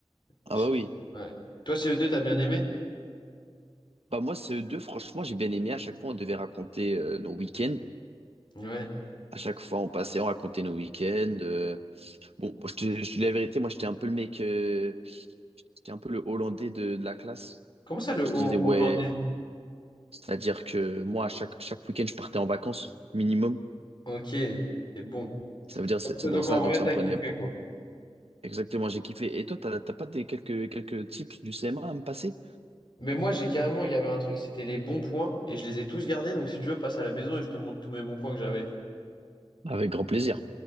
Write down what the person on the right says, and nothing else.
Ah
bah oui.
Bah moi, CE2, franchement, j'ai bien aimé. À chaque fois, on devait raconter euh, nos week-ends.
À chaque fois, on passait, on racontait nos week-ends. euh. Bon, moi, je te, je te dis la vérité, moi, j'étais un peu le mec... euh, J'étais un peu le Hollandais de, de la classe.
Je disais, ouais,
C'est-à-dire que moi, à chaque, chaque week-end, je partais en vacances, minimum.
Ça veut dire, c'est c'est
pour ça,
donc ça
me prenait
exactement, j'ai kiffé. Et toi, t'as t'as pas des quelques, quelques tips du CMA à me passer?
Avec grand plaisir.